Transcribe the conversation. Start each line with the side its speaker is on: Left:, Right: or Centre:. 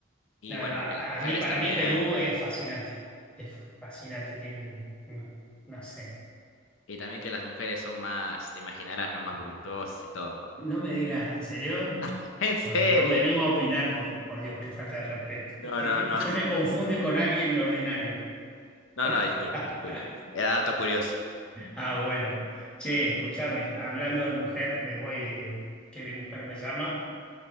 Left: Y
Centre: No,
Left: bueno,
Centre: no, a,
Left: que las mujeres
Centre: a mí, para
Left: también,
Centre: mí Perú es fascinante. Es fascinante. Tienen, mm, no sé.
Left: y también que las mujeres son más, te imaginarás, ¿no? Más voluptuosas y todo, ¿no?
Centre: No me digas, ¿en serio?
Left: <laughs> En serio.
Centre: No, no me animo a opinar, por, por Dios, qué falta de respeto.
Left: No,
Centre: Usted,
Left: no,
Centre: ¿qué- usted
Left: no.
Centre: me confunde con alguien ordinario.
Left: No, no,
Centre: <laughs>
Left: disculpe, disculpe. Era dato curioso.
Centre: Ah, bueno. Che, escúchame, hablando de mujer, me voy, eh, que mi mujer me llama.